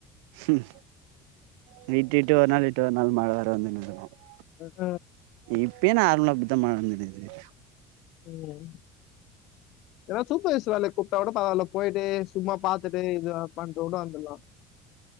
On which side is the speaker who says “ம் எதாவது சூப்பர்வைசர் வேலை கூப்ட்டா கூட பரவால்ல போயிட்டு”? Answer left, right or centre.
Left